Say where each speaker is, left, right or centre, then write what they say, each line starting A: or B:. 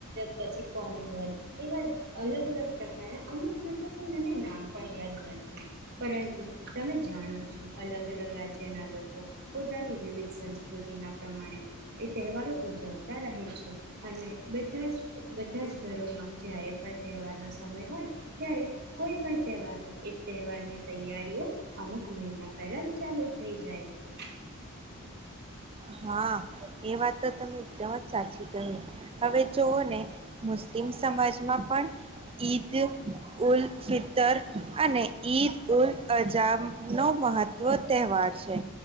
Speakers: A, on the right; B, on the right.
A: પછી પોંગલ એવા અલગ અલગ પ્રકારના અમુક નટનું મને નામ પણ યાદ નથી પરંતુ તમે જાણો છો અલગ અલગ રાજ્યના લોકો પોતાની વિવિધ સંસ્કૃતિના પ્રમાણે એ તહેવારો ઉજવતા રહે છે અને બધા જ બધા જ ઘરોમાં જય્યારે પણ તહેવારનો સમય હોય ત્યારે કોઈ પણ તહેવાર હોય એ તહેવારની તૈયારીઓ અમુક મહિના પહેલા ચાલુ થઈ જાય છે.
B: હા એ વાત તો તમે એકદમ જ સાચી કહી હવે જઓ ને મુસ્લિમ સમાજમાં પણ ઈદ ઉલ ફિતર અને ઈદ ઉલ અજબ નો મહત્વ તહેવાર છે